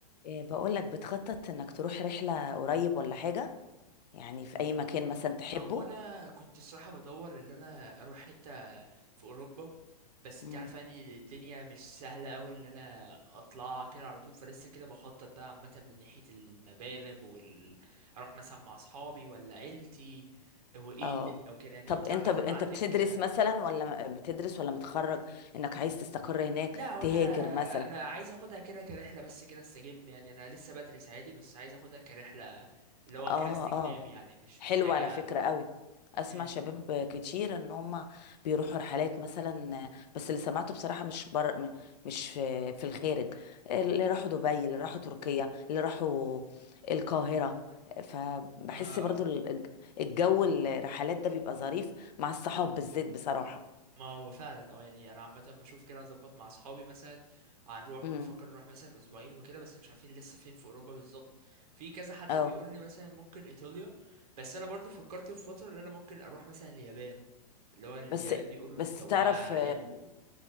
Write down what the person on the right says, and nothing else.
هو انا كنت الصراحه بدور ان انا اروح حته في اوروبا بس
انت عارفه يعني الدنيا مش سهله قوي ان انا اطلع كده على طول فلسه كده بخطط بقى عامه من ناحيه المبالغ وال اروح مثلا مع اصحابي ولا عيلتي وايه
الدنيا وكده يعني
انت
عامه
عندك
لا وانا
انا عايز اخدها كده كرحله بس كده استجم يعني انا لسه بدرس عادي بس عايز اخدها كرحله اللي هو
كده استجمام
يعني مش
مش حاجه
م- م.
اه
ما هو فعلا اه يعني انا عامه بشوف كده اظبط مع اصحابي مثلا هنروح
بنفكر نروح مثلا اسبوعين وكده بس مش عارفين لسه فين في اوروبا بالظبط في كذا حد
بيقول لي مثلا ممكن ايطاليا بس انا برضو فكرت في فتره ان انا ممكن اروح مثلا اليابان اللي هو اليابان
بيقولوا
ان جواها
حلو